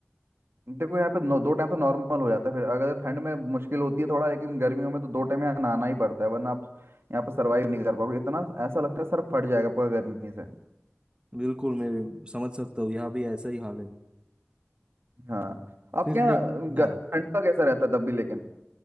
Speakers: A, on the right; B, on the right.
A: देखो यहाँ पे नौ, दो टाइम तो नॉर्मल हो जाता है फिर अगर ठंड में मुश्किल होती है थोड़ा लेकिन गर्मियों में तो दो टाइम यहाँ नहाना ही पड़ता है वरना आप यहाँ पे सरवाइव नहीं कर पाओगे इतना ऐसा लगता है सर फट जाएगा पूरा गर्मी से
B: बिल्कुल मैं समझ सकता हूँ यहाँ भी ऐसा ही हाल है
A: हाँ आपके
B: फिर
A: यहाँ
B: लेकिन
A: ग-
B: हाँ
A: ठंड का कैसा रहता है तब भी लेकिन